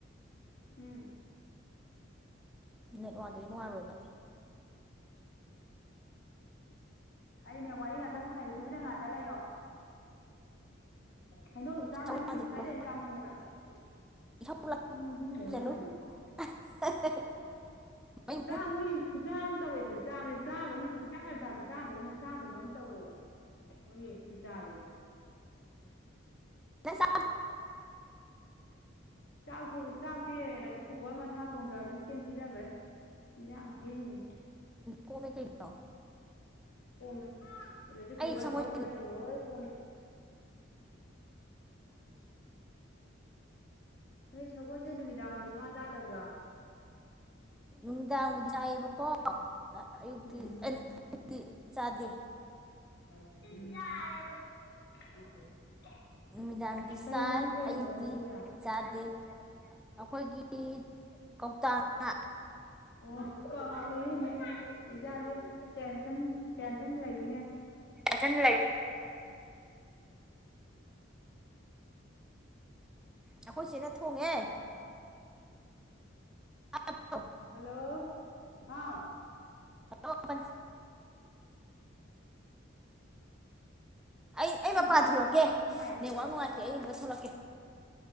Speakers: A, on the left; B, in the centre.
A: ꯎꯝ
B: ꯅꯦꯠꯋꯥꯔꯇꯗꯤ ꯉꯥꯏꯔꯣꯏꯕ
A: ꯑꯩ ꯅꯦꯋꯥꯂꯤ ꯉ ꯁꯥꯟꯅꯈꯤꯗꯗꯨꯕꯤꯅ ꯉꯥꯛꯇ ꯂꯩꯌꯣ ꯍꯥꯏꯥꯏꯗꯣꯛ ꯆꯥꯝꯅ
B: ꯏꯁꯧ
A: ꯊꯤꯨ
B: ꯂꯥꯡꯖꯜꯂꯨ
A: ꯐꯥꯏꯗꯣꯛꯩꯅ ꯆꯥꯝꯃꯟꯗꯅꯅꯨꯡ
B: ꯏꯁꯧ
A: ꯁꯣꯡꯗꯦ
B: ꯂꯥꯡꯖꯜꯂꯨ
A: ꯃꯥꯦꯅ
B: <inaudible> ꯑꯩ
A: ꯆꯥ ꯃꯣꯏꯗꯤ ꯈꯨꯠꯁꯥ ꯑꯃ ꯇꯧꯋꯦꯕ ꯆꯥꯕꯁꯤꯦ ꯆꯥꯗꯒꯅ ꯄꯪꯆꯥꯥꯒ ꯆꯥꯕ ꯆꯥꯗꯕꯒꯅ ꯆꯥꯗꯕ ꯑꯃ ꯇꯧꯋꯦꯕ ꯅꯣꯏ ꯌꯦꯁꯨ ꯆꯥꯁꯦ
B: ꯁꯥ
A: ꯆꯥꯛ ꯆꯥꯛꯇꯤ ꯏꯂꯦꯛꯇ꯭ꯔꯤꯛ ꯀꯨꯀꯔ ꯃꯁꯥ ꯊꯣꯡꯖꯕꯅꯤꯅ ꯆꯦꯡ ꯁꯨꯖꯟꯈ꯭ꯔꯦ ꯌꯥꯎ ꯊꯦ ꯃꯤꯟꯇ
B: ꯀꯣꯃꯦ ꯀꯩꯣ
A: ꯀꯣꯃꯦꯂꯗꯤ
B: ꯑꯩ
A: ꯨꯒꯔ
B: ꯁꯪꯒꯣꯏ
A: ꯊꯄꯗ ꯏꯂꯣꯣꯏ ꯀꯣꯃꯦ ꯅꯣꯏ ꯁꯒꯣꯜꯁꯦ ꯅꯨꯃꯤꯗꯥꯡꯁꯨ ꯉꯥ ꯆꯥꯗꯕ꯭ꯔꯣ
B: ꯅꯨꯡꯗꯥꯗꯥꯑꯕ ꯀꯣ ꯑꯌꯨꯛꯇꯤ
A: ꯎꯝ
B: ꯑ ꯆꯥꯗꯦ
A: <inaudible>
B: ꯅꯨꯃꯤꯗꯥꯡꯗꯤ
A: ꯀꯩ
B: ꯆꯥꯏ
A: ꯌꯦꯟꯖꯥꯡ ꯊꯣꯡꯉꯦꯕ
B: ꯑꯌꯨꯛꯇꯀꯤ
A: ꯅꯣꯏꯒꯤ ꯑꯣ
B: ꯆꯥꯗꯦ ꯑꯩꯈꯣꯏꯒꯤ ꯀꯧꯇꯥꯅ
A: ꯑꯣ ꯀꯅꯦ ꯏꯆꯥꯥꯁꯦ ꯇꯦꯟꯁꯟ ꯇꯦꯟꯁꯟ ꯂꯩꯅꯦ
B: ꯑꯁꯟ ꯂꯥꯏ ꯑꯩꯈꯣꯏꯁꯦꯅ ꯊꯣꯡꯉꯦ ꯑꯣ
A: ꯍꯜꯂꯣ ꯍꯥꯎ
B: ꯍꯜꯂꯣ ꯑꯩ ꯑꯩ
A: ꯈꯪ
B: ꯃꯄꯥꯟ
A: ꯉꯁꯤꯅꯦ
B: ꯊꯣꯛꯂꯛꯀꯦ
A: ꯁꯥꯊꯤ ꯅꯨꯡꯉꯥꯏꯇ꯭ꯔꯦ
B: ꯅꯦꯠꯋꯥꯛ
A: ꯄꯠ
B: ꯅꯨꯡꯉꯥꯏꯇꯦ
A: ꯄꯠ
B: ꯑꯩ
A: ꯇꯠꯂꯒ
B: ꯑꯃꯝꯇ ꯊꯣꯛꯂꯛꯀꯦ